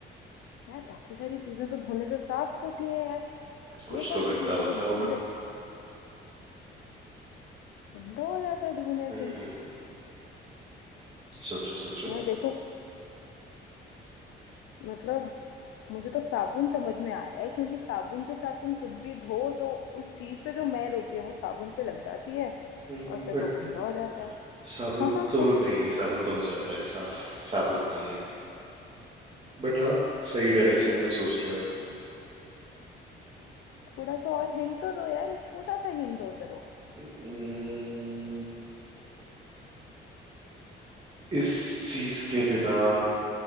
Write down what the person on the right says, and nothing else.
कुछ
तो
गंदा
होता
होगा
हम्म
सोचो सोचो
हम्म
बट
साबुन
तो
नहीं साबुन तो हो जाता है साफ साबुन नहीं है बट हाँ सही डायरेक्शन में सोच रहे हो
हम्म इस चीज के बिना